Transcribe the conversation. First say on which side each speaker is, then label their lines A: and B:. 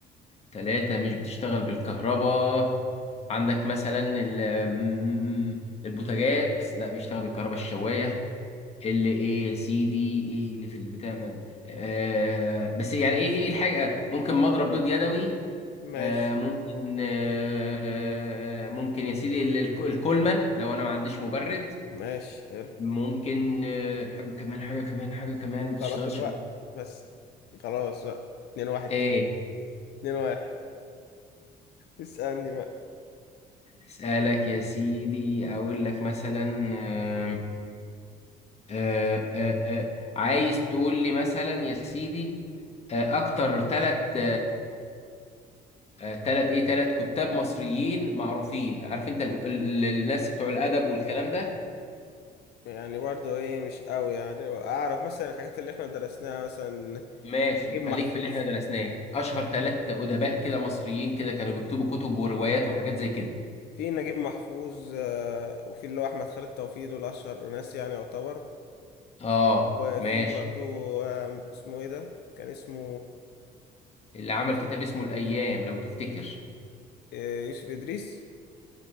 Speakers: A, on the left; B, on the left.
A: تلاتة مش بتشتغل بالكهرباء عندك مثلا ال- م- البوتاجاز لا بيشتغل بالكهرباء الشواية اللي ايه يا سيدي ايه اللي في اللي بتعمل آه بس يعني ايه ايه الحاجة ممكن مضرب بيض يدوي
B: ماشي
A: آه ممكن آه ممكن يا سيدي ال- الك- الكولمان لو انا ما عنديش مبرد
B: ماشي حلو
A: ممكن آه حاجة كمان حاجة كمان حاجة كمان
B: طب
A: ما بتشتغلش
B: خلاص الوقت
A: بال-
B: بس خلاص بقى اتنين واحد
A: ايه
B: كده اتنين واحد اسألني بقى
A: اسالك يا سيدي اقول لك مثلا آه، آه، آه، آه، عايز تقول لي مثلا يا سيدي آه، اكتر ثلاث ثلاث ايه ثلاث كتاب مصريين معروفين عارف انت ال- ال- الناس بتوع الادب والكلام ده
B: يعني برضه ايه مش قوي يعني اعرف مثلا الحاجات اللي احنا درسناها مثلا
A: ماشي
B: نجيب
A: خليك
B: محفوظ
A: في اللي احنا درسناه اشهر ثلاث ادباء كده مصريين كده كانوا بيكتبوا كتب وروايات وحاجات زي كده
B: في نجيب محفوظ آه، وفي اللي هو احمد خالد توفيق دول اشهر ناس يعني يعتبر
A: اه
B: وفي
A: ماشي
B: برضو آم، اسمه ايه ده كان اسمه
A: اللي عمل
B: يوسف
A: كتاب اسمه الايام لو تفتكر
B: آه، يوسف ادريس